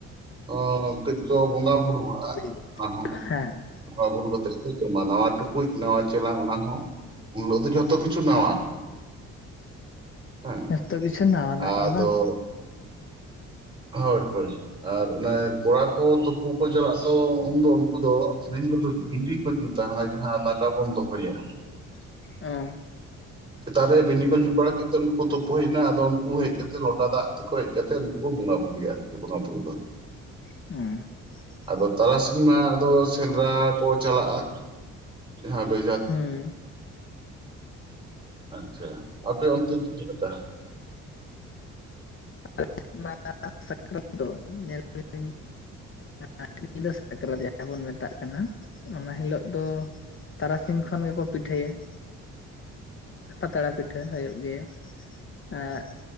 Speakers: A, on the right (about 15°); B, on the left (about 40°).
A: ᱚᱸ, ᱠᱟᱹᱡ ᱠᱚ ᱵᱚᱸᱜᱟ ᱵᱩᱨᱩᱣᱟᱜᱼᱟ
B: <inaudible>
A: ᱚᱱᱟ ᱦᱚᱸ
B: ᱦᱮᱸ ᱾
A: ᱵᱚᱸᱜᱟ ᱵᱩᱨᱩ ᱠᱟᱛᱮᱫ ᱠᱚ, ᱡᱚᱢᱟ ᱾ ᱱᱟᱣᱟ ᱴᱩᱠᱩᱡ, ᱱᱟᱣᱟ ᱪᱮᱞᱟᱝ, ᱚᱱᱟ ᱦᱚᱸ ᱩᱱ ᱦᱤᱞᱚᱜ ᱫᱚ, ᱡᱷᱚᱛᱚ ᱠᱤᱪᱷᱩ ᱱᱟᱣᱟ ᱾ <inaudible> ᱦᱮᱸ,
B: ᱡᱚᱛᱚ ᱠᱤᱪᱷᱩ ᱱᱟᱣᱟᱱᱟᱜ
A: ᱟᱫᱚ
B: ᱜᱮ ᱵᱟᱝ
A: ᱦᱳᱭ ᱦᱳᱭ, ᱟᱨ ᱚᱱᱮ, ᱠᱚᱲᱟ ᱠᱚ ᱛᱩᱯᱩ ᱠᱚ, ᱪᱟᱞᱟᱜ ᱫᱚ, ᱩᱱ ᱫᱚ, ᱩᱱᱠᱩ ᱫᱚ, ᱥᱮᱭ ᱦᱤᱞᱚᱜ ᱫᱚ, ᱵᱤᱱᱰᱤ ᱠᱚ ᱡᱩᱛᱟ, ᱦᱟᱱᱟ, ᱡᱟᱦᱟᱸ ᱫᱟᱠᱟ ᱵᱚᱱ ᱫᱚᱦᱚᱭᱟ ᱾
B: ᱮᱸᱻ ᱾
A: ᱥᱮᱛᱟᱜ ᱨᱮ, ᱵᱤᱱᱰᱤ ᱠᱚ, ᱡᱩᱛ ᱵᱟᱲᱟ ᱠᱮᱫ ᱛᱮ, ᱩᱱᱠᱩ ᱛᱳᱯᱳ ᱦᱮᱡ ᱮᱱᱟ ᱾ ᱟᱫᱚ, ᱩᱱᱠᱩ ᱦᱮᱡ ᱠᱟᱛᱮ, ᱞᱚᱴᱟ ᱫᱟᱜ ᱠᱚ, ᱦᱮᱡ ᱠᱟᱛᱮᱫ ᱩᱱᱠᱩ ᱠᱚ, ᱵᱚᱸᱜᱟ ᱵᱩᱨᱭᱟ, ᱡᱚ ᱵᱚᱸᱜᱟ ᱵᱩᱨᱩ ᱫᱚ ᱾
B: ᱮᱸᱻ ᱾
A: ᱟᱫᱚ, ᱛᱟᱨᱟᱥᱤᱧ ᱢᱟ, ᱟᱫᱚ ᱥᱮᱸᱫᱽᱨᱟ ᱠᱚ, ᱪᱟᱞᱟᱜᱼᱟ ᱾ ᱡᱟᱦᱟᱸ ᱵᱮ
B: ᱦᱮᱸᱻ ᱾
A: ᱟᱪᱪᱷᱟ, ᱟᱯᱮ ᱚᱱᱛᱮ ᱪᱮᱪᱮᱫᱼᱞᱮᱠᱟ?
B: <unintelligible> ᱟᱞᱮ ᱥᱮᱫ ᱢᱟ ᱥᱟᱠᱨᱟᱛ ᱫᱚ ᱧᱮᱞ <unintelligible> <unintelligible> ᱡᱟᱦᱟᱸ ᱧᱤᱫᱟᱹ ᱥᱟᱠᱨᱟᱛ, ᱡᱟᱦᱟᱸ ᱵᱚᱱ ᱢᱮᱛᱟᱜ ᱠᱟᱱᱟ, ᱚᱱᱟ ᱦᱤᱞᱳᱜ ᱫᱚ ᱛᱟᱨᱟ ᱥᱤᱧ ᱠᱷᱚᱱ ᱜᱮ ᱠᱚ, ᱯᱤᱴᱷᱟᱹᱭᱟ ᱾ ᱯᱟᱛᱲᱟ ᱯᱤᱴᱷᱟᱹ ᱦᱳᱭᱳᱜ ᱜᱮᱭᱟ ᱾ ᱟᱜᱼ,